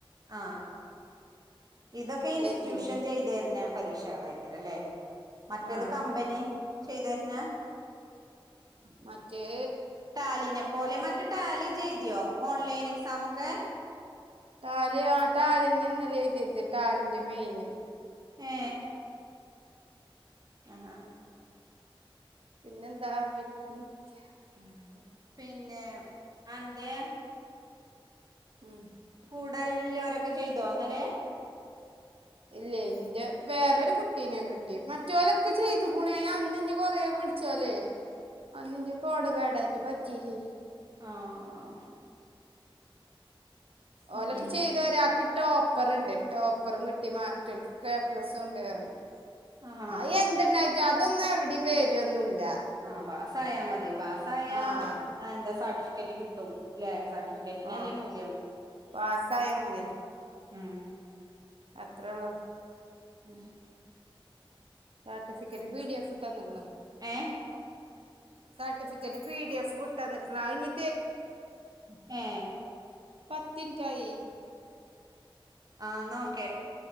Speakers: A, on the right; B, on the right.
A: ആ ഇതൊക്കെ ഇൻസ്റ്റിറ്റ്യൂഷൻ
B: ഡേറ്റിന്
A: ചെയ്ത തരുന്ന പരീക്ഷകള രെല്ലേ മറ്റേത്
B: ആഹ്
A: കമ്പനി ചെയ്തരുന്ന
B: മറ്റേ
A: ടാലിനെ പോലെ മറ്റ ടാലി ചെയ്തിയോ ഓൺലൈൻ എക്സാമ ഒക്കെ
B: റ്റാലി ആ ടാലിന്നെ എന്നല്ല എഴുതിയത് ടാലിൻന്റെ മെയിനെ
A: ഹേ ആ ഹാ
B: പിന്നെന്താ <unintelligible>
A: പിന്നെ അന്റെ
B: ഉം
A: കൂടലോരൊക്കെ ചെയ്തോന്നല്ലേ
B: ഇല്ലേ എന്റെ വേറൊരു കുട്ടീനാ കിട്ടി മറ്റോലൊക്കെ ചെയ്തു ഗുണന അന്ന്ഞ് കൊറേ വിളിച്ചല്ലേ അന്ന്ഞ്ച ഫോൺ കേടായിട്ട് പറ്റീലേ
A: ആഹ്
B: ഓലൊക്കെ
A: ഉം ഉം
B: ചെയ്തുവരാ ആക്ക് ടോപ്പറുണ്ട് ടോപ്പ അപ്പുറം കിട്ടി മറ്റോൽകൊക്കെ എ പ്ലസും ഉണ്ട് ആർഞ്
A: ആഹ്
B: അഹ് എന്തുണ്ടായി അതൊന്നും എവിടയും വരൊന്നുല്ല
A: ആപാസ്സായാ മതി പാസ്സായ
B: ആ അത്
A: എന്താ സർട്ടിഫിക്കറ്റ് കിട്ടുംല്ലെ സർട്ടിഫിക്കറ്റിനല്ലേ
B: ആ
A: മൂല്യം
B: പാസ്സായാ മതി
A: ഉം
B: അത്രേ ഉള്ളൂ
A: ഉം
B: സർട്ടിഫിക്കറ്റ് പി ഡി എഫ് ഇട്ടന്നെക്ണ്
A: ഏഹ്
B: സർട്ടിഫിക്കറ്റ് പി ഡി എഫ് വിട്ടന്ന്ക്ണ ആഹ് ഞ്ഞി
A: ഹേ
B: പത്ത്ഇൻറ്റായി
A: ആനോക്കെ